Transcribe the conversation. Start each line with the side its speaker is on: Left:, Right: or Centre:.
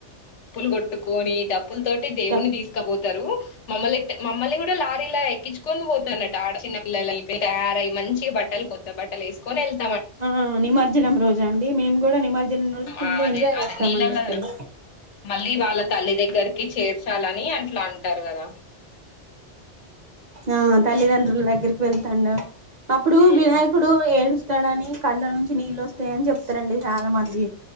Left: డప్పులు కొట్టుకొని డప్పుల తోటి దేవుని
Right: రప్-
Left: తీసుకపోతు. ఉంటారు. మమ్ల్ మమ్మల్ని గు లారీలా ఎకిచ్చుకొ పోతుందట. ఆడ చిన్న పిల్లలు అయితే తయారై మంచిగ బట్టలు కొత్త బట్టలు ఏసుకొని వెళ్ళు.
Right: ఆ నిమజ్జనం రోజు అండి. మేము గూడా నిమజ్జనం రోజు ఫుల్
Left: ఆ అదే
Right: ఎంజాయ్ చేస్తామండి
Left: అదే నీలల్ల
Right: అసలు
Left: మళ్ళీ వాళ్ళ తల్లి దగ్గరికి చేర్చాలని. నే అట్లా అంటారు. కదా
Right: ఆ తల్లిదండ్రుల దగ్గరికి వెళ్తున్నా అప్పుడు
Left: ఉమ్,
Right: వినాయకుడు ఏడుస్ తడని కళ్ళు నుంచి నీళ్ళు వస్తాయని చెప్తారండి. చాలా మంది.